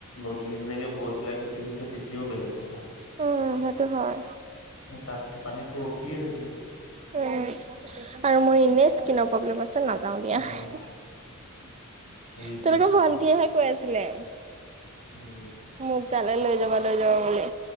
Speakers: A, on the left; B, on the right.
A: নদীৰ নিচিনাকে বৈ পেলাই গুচি গৈছে, তেতিয়াও বেলেগ কথা।
B: অ', অ', সেইটো হয়।
A: তাতটো পানী ৰখিয়ে থাকে।
B: উম আৰু মোৰ এনে স্কিনৰ প্ৰব্লেম আছে, নাযাও দিয়া।
A: উম।
B: তোমালোকৰ
A: সেইটোৱে কথাটো
B: ভন্টীয়েহে কৈ আছিলে।
A: উম
B: মোক তালে লৈ যাবা, লৈ যাবা বুলি,